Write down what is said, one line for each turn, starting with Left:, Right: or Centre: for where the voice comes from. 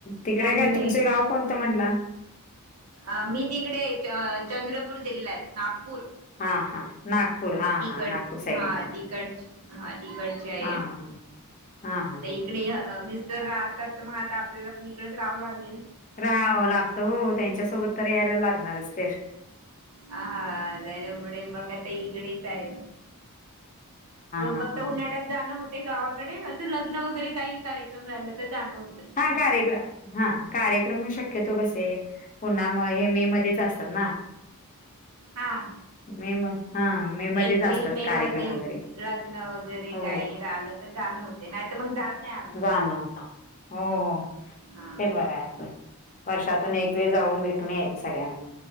Left: तिकडे
Right: चांगले
Left: काय तुमचे गाव कोणतं म्हटलं
Right: अ मी तिकडे चंद्रपूर जिल्ह्यात नागपूर
Left: हा हा नागपूर हा
Right: तिकड
Left: हा नागपूर साईडला
Right: हा तिकड हा तिकड चे आहे
Left: हा हा हा हा
Right: आता
Left: हा
Right: इकडे
Left: हा ह
Right: मिस्टर राहतात तर मग आता आपल्याला पण इकडेच राहावं लागेल
Left: रा लागत हो त्यांच्यासोबत तर यायला लागणारच तर
Right: ह हा त्याच्यामुळे मग आता इकडेच आहे
Left: हा
Right: बघता
Left: ह
Right: उन्हाळ्यात जाणं होते गावाकडे असं लग्न वगैरे काही कार्यक्रम राहिला तर जाणं होत
Left: कार्यक्र हा कार्यक्रम शक्यतो कसे पुन्हा हे मे मध्येच असतात ना
Right: हां
Left: मे म हा मे मध्येच
Right: एप्रिल
Left: असतात
Right: मे
Left: कार्यक्रम
Right: मध्ये
Left: वगैरे
Right: लग्न वगैरे
Left: हो
Right: काही रालं जाण होते नाही तर मग नाही आम्ही
Left: जाण हो हो
Right: हा.
Left: ते बरं आहे वर्षातून एक वेळ जाऊन भेटून यायचं सगळ्यांना